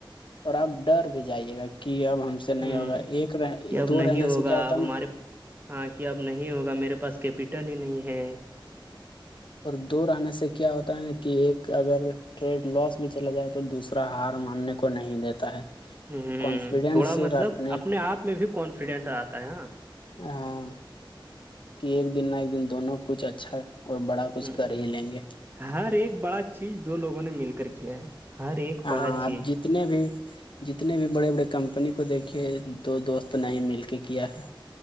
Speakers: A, on the left (about 65°); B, on the right (about 25°).
A: اور آپ ڈر بھی جائیے گا کہ اب ہم سے نہیں
B: ہ
A: ہوگا ایک
B: کہ اب
A: دو
B: نہیں
A: رہنے
B: ہوگا
A: سے کیا ہوتا
B: اب ہمارے
A: نا
B: ہاں کہ اب نہیں ہوگا میرے پاس کیپیٹل ہی نہیں ہے
A: اور دور آنے سے کیا ہوتا ہے کہ ایک اگر ٹریڈ لاس بھی چلا جائے تو دوسرا ہار ماننے کو نہیں دیتا ہے
B: ہ ہ
A: کانفیڈینس
B: تھوڑا مطلب
A: رکھنے
B: اپنے آپ میں بھی کانفیڈینٹ آتا ہے ہاں
A: ہاں کہ ایک دن نہ ایک دن دونوں کچھ اچھا اور بڑا کچھ
B: ہ
A: کر ہی لیں گے
B: ہر ایک بڑا چیز دو لوگوں نے مل کر کیا ہے ہر ایک
A: ہاں
B: بڑا چیز
A: اب جتنے بھی جتنے بھی بڑے بڑے کمپنی کو دیکھیے دو دوست نہیں مل کے کیا ہے